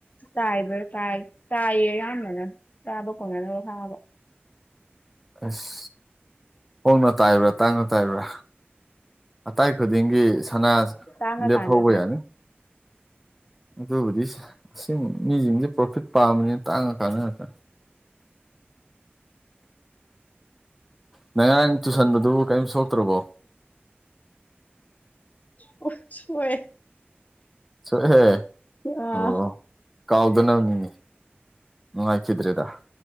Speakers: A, on the left; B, in the centre.
A: ꯇꯥꯏꯕ ꯇꯥꯏ ꯇꯥꯏꯌꯦ ꯑꯌꯥꯝꯕꯅ ꯆꯥꯕ ꯀꯣꯟꯅꯅꯕ ꯈꯪꯑꯒ꯫
B: ꯑꯁ ꯍꯣꯡꯅ ꯇꯥꯏꯕ꯭ꯔꯥ ꯇꯥꯡꯅ ꯇꯥꯏꯕ꯭ꯔꯥ꯫ ꯑꯇꯥꯏ ꯈꯨꯗꯤꯡꯒꯤ ꯁꯅꯥ
A: ꯇꯥꯡꯉꯀꯥꯟꯗ
B: ꯂꯦꯞꯍꯧꯕ
A: ꯇꯥꯏ
B: ꯌꯥꯅꯤ꯫ ꯑꯗꯨꯕꯨꯗꯤ ꯁꯤꯡ ꯃꯤꯖꯤꯡꯖꯦ ꯄ꯭ꯔꯣꯐꯤꯠ ꯄꯥꯝꯕꯅꯤꯅ ꯇꯥꯡꯉꯀꯥꯟꯗ ꯉꯥꯛꯇ꯫ ꯅꯪ ꯉꯔꯥꯡ ꯇꯨꯁꯟꯕꯗꯨꯕꯨ ꯀꯌꯤꯝ ꯁꯣꯛꯇ꯭ꯔꯕꯣ꯫
A: <inaudible> ꯁꯣ ꯁꯣꯛꯑꯦ꯫
B: ꯁꯣꯛꯑꯦ
A: ꯑꯥ
B: ꯑꯣ ꯀꯥꯎꯗꯅꯃꯤꯅꯦ꯫ ꯅꯨꯡꯉꯥꯏꯈꯤꯗ꯭ꯔꯦꯗ